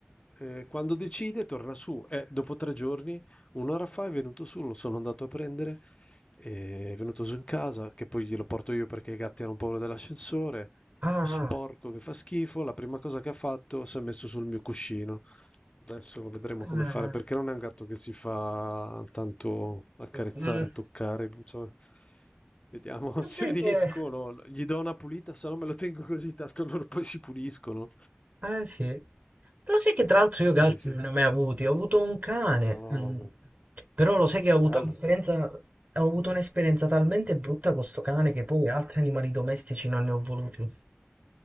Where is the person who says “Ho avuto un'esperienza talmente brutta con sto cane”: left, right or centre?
Right